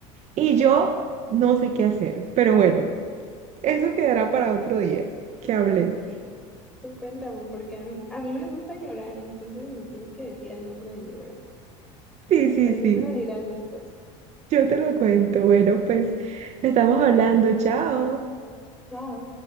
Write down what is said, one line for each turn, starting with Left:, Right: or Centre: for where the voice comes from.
Right: y yo no sé qué hacer. Pero bueno, eso quedará para otro día que hablé.
Centre: Sí, tú, tú cuéntame, porque a, m- a mí me gusta llorar, entonces me tienes que decir el nombre del libro.
Right: Sí, sí,
Centre: Pero
Right: sí.
Centre: yo me lo dirás después.
Right: Yo te lo cuento. Bueno, pues estamos hablando. Chao.
Centre: Chao.